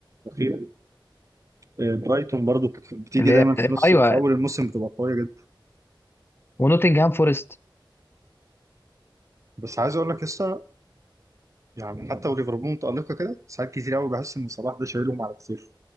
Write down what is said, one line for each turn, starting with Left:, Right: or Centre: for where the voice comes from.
Right: الاخيره دي آه، برايتون برضو كانت بتيجي
Left: اللي
Right: دايما
Left: هي
Right: في نص
Left: ايوه
Right: في اول الموسم بتبقى قويه جدا
Left: ونوتنجهام فورست
Right: بس عايز اقول لك لسه يعني حتى وليفربول متألقة كده ساعات كتير قوي بحس إن صلاح ده شايلهم على كتير